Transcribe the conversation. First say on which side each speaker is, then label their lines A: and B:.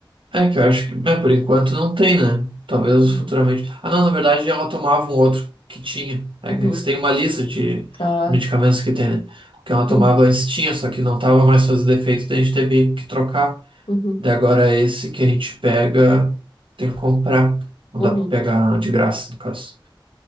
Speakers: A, on the right (about 70°); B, on the left (about 85°).
A: é que eu acho que, é, por enquanto não tem, né? Talvez
B: Uhum.
A: futuramente. Ah, não, na verdade ela tomava um outro que tinha. Technics
B: Uhum.
A: tem uma lista de
B: Ah.
A: medicamentos que tem, né? O que ela tomava
B: Hum.
A: antes tinha, só que não tava mais fazendo efeito, daí a gente teve que trocar.
B: Uhum.
A: Daí agora esse que a gente pega, tem que comprar. Não
B: Uhum.
A: dá pra pegar de graça, no caso.